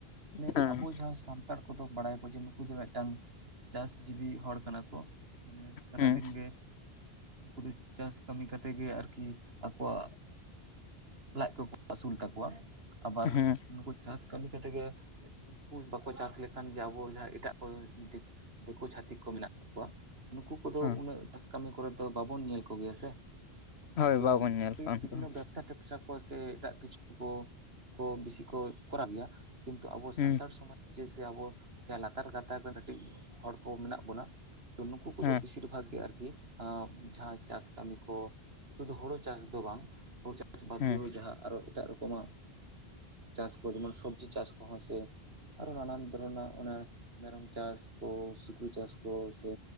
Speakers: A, on the right; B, on the left.
A: ᱱᱮ
B: ᱦᱮᱸ
A: ᱟᱵᱚ ᱡᱟᱦᱟᱸ ᱥᱟᱱᱛᱟᱲ‌ ᱠᱩᱫᱚ ᱵᱟᱲᱟᱭᱟᱠᱚ ᱡᱮ, ᱱᱩᱠᱩ ᱫᱚ ᱢᱤᱫᱴᱟᱝ ᱪᱟᱥ ᱡᱤᱵᱤ ᱦᱚᱲ ᱠᱟᱱᱟ ᱠᱚ᱾ ᱢᱟᱱᱮ ᱥᱟᱨᱟᱫᱤᱱ
B: ᱦᱮᱸ
A: ᱜᱮ, ᱩᱱᱠᱩ ᱫᱚ ᱪᱟᱥ ᱠᱟᱹᱢᱤ ᱠᱟᱛᱮ ᱜᱮ ᱟᱨᱠᱤ, ᱟᱠᱚᱣᱟᱜ ᱞᱟᱡ ᱠᱚᱠᱚ ᱟᱹᱥᱩᱞ ᱛᱟᱠᱚᱣᱟ, ᱟᱵᱟᱨ
B: ᱦᱮᱸ
A: ᱱᱩᱠᱩ ᱪᱟᱥ ᱠᱟᱹᱢᱤ ᱠᱟᱛᱮ ᱜᱮ, ᱩᱱᱠᱩ ᱵᱟ ᱠᱚ ᱪᱟᱥ ᱞᱮᱠᱷᱟᱱ ᱡᱮ ᱟᱵᱚ ᱡᱟᱦᱟᱸ, ᱮᱴᱟᱜ ᱠᱚ, ᱫᱮᱠᱳ ᱪᱷᱟᱹᱛᱤᱠ ᱠᱚ ᱢᱮᱱᱟᱜ ᱠᱚᱣᱟ ᱱᱩᱠᱩ ᱠᱚᱫᱚ
B: ᱦᱮᱸ
A: ᱩᱱᱟᱹᱜ ᱪᱟᱥ ᱠᱟᱹᱢᱤ ᱠᱚᱨᱮ ᱫᱚ, ᱵᱟᱵᱚᱱ ᱧᱮᱞ ᱠᱚᱜᱮᱭᱟ ᱥᱮ᱾
B: ᱦᱳᱭ
A: ᱯᱩᱨᱟᱹ
B: ᱵᱟᱵᱚᱱ ᱧᱮᱞ
A: ᱵᱤᱵᱷᱤᱱᱱᱚ
B: ᱠᱚᱣᱟ ᱩᱱᱠᱩ ᱫᱚ᱾
A: ᱵᱮᱵᱽᱥᱟ ᱴᱮᱵᱽᱥᱟ ᱠᱚ ᱥᱮ ᱮᱴᱟᱜ ᱠᱤᱪᱷᱩ ᱠᱚ ᱠᱚ ᱵᱤᱥᱤ ᱠᱚ, ᱠᱚᱨᱟᱣ ᱜᱮᱭᱟ ᱠᱤᱱᱛᱩ ᱟᱵᱚ
B: ᱦᱮᱸ
A: ᱥᱟᱱᱛᱟᱲ ᱡᱮᱥᱮ ᱟᱵᱚ ᱡᱟᱦᱟᱸᱭ ᱞᱟᱛᱟᱨ ᱜᱟᱛᱟᱠ ᱨᱮᱱ ᱠᱟᱹᱴᱤᱡ ᱦᱚᱲ ᱠᱚ, ᱢᱮᱱᱟᱜ ᱵᱚᱱᱟ ᱛᱚ ᱱᱩᱠᱩ ᱠᱚᱫᱚ
B: ᱦᱮᱸ
A: ᱵᱤᱥᱤᱨ ᱵᱷᱟᱜ ᱜᱮ ᱟᱨᱠᱤ ᱡᱟᱦᱟᱸ ᱪᱟᱥ ᱠᱟᱹᱢᱤ ᱠᱚ, ᱥᱩᱫᱩ ᱦᱳᱲᱳ ᱪᱟᱥ ᱫᱚ ᱵᱟᱝ ᱦᱩᱲᱩ ᱪᱟᱥ ᱵᱟᱫᱽ
B: ᱦᱮᱸ
A: ᱫᱤᱭᱦᱮ ᱡᱟᱦᱟᱸ ᱟᱨᱚ ᱮᱴᱟᱜ, ᱨᱚᱠᱚᱢᱟᱜ ᱪᱟᱥ ᱠᱚ ᱡᱮᱢᱚᱱ ᱥᱚᱵᱽᱡᱤ ᱪᱟᱥ ᱠᱚᱦᱚᱸ ᱥᱮ ᱟᱨᱚ ᱱᱟᱱᱟᱱ ᱫᱷᱚᱨᱚᱱᱟᱜ ᱚᱱᱟ, ᱢᱮᱨᱚᱢ ᱪᱟᱥ ᱠᱚ ᱥᱩᱠᱨᱤ ᱪᱟᱥ ᱠᱚ, ᱥᱮ